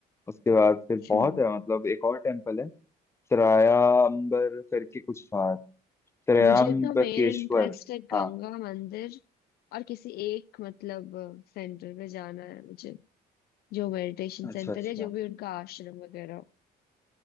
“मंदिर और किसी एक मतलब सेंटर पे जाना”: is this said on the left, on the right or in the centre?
Left